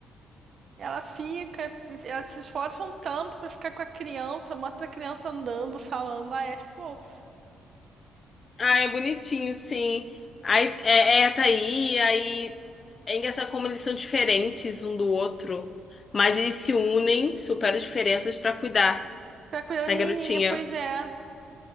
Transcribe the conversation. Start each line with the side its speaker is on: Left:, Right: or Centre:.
Right: Ela fica, fi- elas se esforçam tanto pra ficar com a criança, mostra a criança andando, falando, ai, é fofo.
Left: Ah, é bonitinho, sim. Aí é, é tá aí, aí é engraçado como eles são diferentes um do outro, mas eles se unem, superam as diferenças pra cuidar
Right: Pra cuidar da
Left: da
Right: menininha,
Left: garotinha.
Right: pois é.